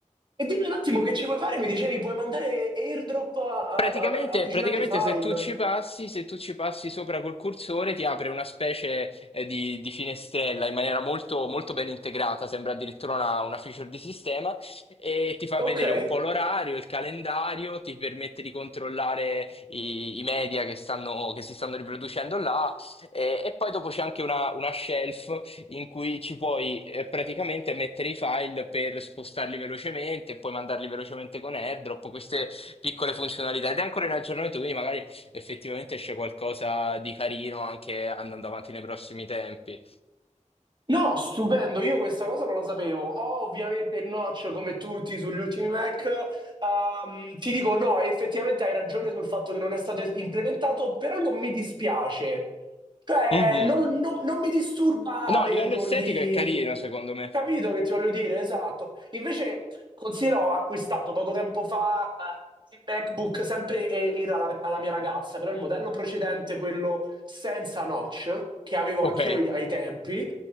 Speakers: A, on the right; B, on the left.
A: E dimmi un attimo che ci vuoi fare? Mi dicevi, puoi mandare airdrop a- a-
B: Praticamente,
A: a- avvicinando
B: praticamente
A: i file.
B: se tu ci passi, se tu ci passi sopra col cursore ti apre una specie eh, di, di finestrella in maniera molto, molto ben integrata, sembra addirittura una, una feature di sistema e ti fa
A: Ok.
B: vedere un po' l'orario, il calendario, ti permette di controllare i, i media che stanno, che si stanno riproducendo là e, e poi dopo c'è anche una, una shelf in cui ci puoi eh, praticamente mettere i file per spostarli velocemente e poi mandarli velocemente con AirDrop. Queste, piccole funzionalità ed è ancora in aggiornamento, quindi magari effettivamente esce qualcosa di carino anche andando avanti nei prossimi tempi.
A: No, stupendo, io questa cosa non la sapevo. Ho ovviamente il notch come tutti sugli ultimi Mac. Ehm, ti dico no, effettivamente hai ragione sul fatto che non è stato es- implementato, però non mi dispiace. Cioè,
B: Mhm.
A: non, non- non mi disturba
B: No,
A: averlo
B: a livello estetico
A: lì.
B: è carino, secondo me.
A: Capito che ti voglio dire? Esatto. Invece, considero, ho acquistato poco tempo fa eh, un MacBook sempre Air alla, alla mia ragazza, però il modello precedente, quello senza notch, che avevo
B: Ok.
A: anch'io ai ai tempi.